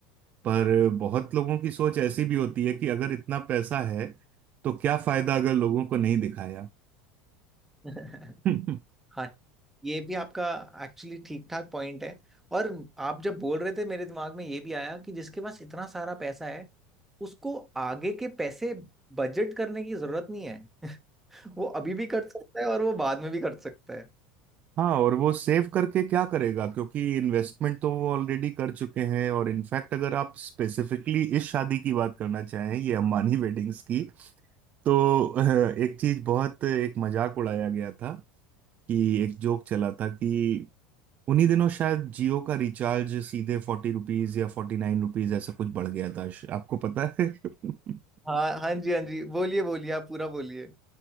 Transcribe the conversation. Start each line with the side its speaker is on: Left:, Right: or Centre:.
Right: पर बहुत लोगों की सोच ऐसी भी होती है कि अगर इतना पैसा है तो क्या फायदा अगर लोगों को नहीं दिखाया
Centre: <laughs>
Right: <laughs> तो
Centre: हाँ ये भी आपका एक्चुअली ठीक ठाक पॉइंट है और आप जब बोल रहे थे मेरे दिमाग में ये भी आया कि जिसके पास इतना सारा पैसा है उसको आगे के पैसे बजट करने की जरूरत नहीं है <laughs> वो अभी भी खर्च सकता है और वो बाद में भी खर्च सकता है
Right: हाँ और वो सेव करके क्या करेगा क्योंकि इन्वेस्टमेंट तो वो ऑलरेडी कर चुके हैं और इनफैक्ट अगर आप स्पेसिफिकली इस शादी की बात करना चाहें ये अम्बानी वेडिंग्स की तो <laughs> अह, एक चीज बहुत एक मजाक उड़ाया गया था कि एक जोक चला था कि उन्हीं दिनों शायद जियो का रिचार्ज सीधे फोर्टी रुपीज या फोर्टी नाइन रुपीज ऐसा कुछ बढ़ गया था आपको पता है <laughs>
Centre: हाँ हाँ जी हाँ जी बोलिए बोलिए आप पूरा बोलिए